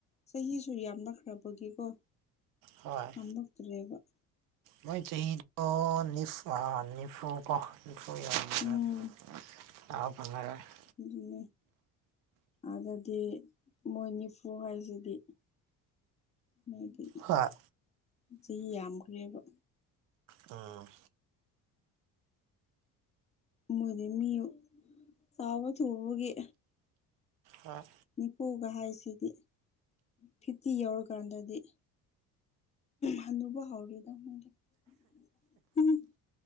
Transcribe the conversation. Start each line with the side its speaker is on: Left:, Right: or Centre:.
Left: ꯆꯍꯤꯁꯨ ꯌꯥꯝ ꯅꯛꯈ꯭ꯔꯕꯗꯤꯀꯣ
Right: ꯍꯣꯏ
Left: ꯉꯝꯃꯛ <unintelligible>
Right: ꯃꯣꯏ ꯆꯍꯤꯗꯣ ꯅꯤꯐꯥ ꯅꯤꯐꯨ ꯀꯣ <unintelligible>
Left: ꯎꯝ ꯑꯗꯨꯅꯦ ꯑꯗꯨꯗꯤ ꯃꯣꯏ ꯅꯤꯐꯨ ꯍꯥꯏꯁꯤꯗꯤ ꯃꯣꯏꯗꯤ
Right: ꯍꯣꯏ
Left: ꯆꯍꯤ ꯌꯥꯝꯈ꯭ꯔꯦꯕ
Right: ꯎꯝ
Left: ꯃꯣꯏꯗꯤ ꯃꯤ ꯆꯥꯎꯕ ꯊꯨꯕꯒꯤ
Right: ꯑ
Left: ꯅꯤꯐꯨꯒ ꯍꯥꯏꯁꯤꯗꯤ ꯐꯤꯐꯇꯤ ꯌꯧꯔꯀꯥꯟꯗꯗꯤ ꯍꯅꯨꯕ ꯍꯧꯔꯦꯗ ꯃꯣꯏꯗꯤ <unintelligible>